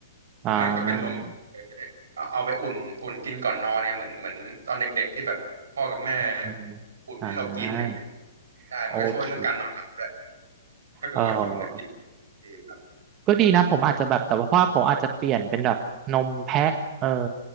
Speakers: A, on the right; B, on the right.
A: หรือไม่ก็เป็นนมเลยก็ได้เอาเอาไปอุ่นอุ่นกินก่อนนอนเนี่ยเหมือนเหมือนตอนเด็กๆที่แบบพ่อกับแม่
B: อ่าอืม
A: อุ่นให้เรากินอย่างเงี้ย
B: อ่า
A: ได้มันก็ช่วยเรื่องการนอนหลับด้วย
B: โอเค
A: ถ้าเกิดว่าหิวเนี่ยกิน
B: เออ
A: เองครับ
B: ก็ดีนะผมอาจจะแบบแต่ว่าเพราะว่าผมอาจจะเปลี่ยนเป็นแบบนมแพะเออ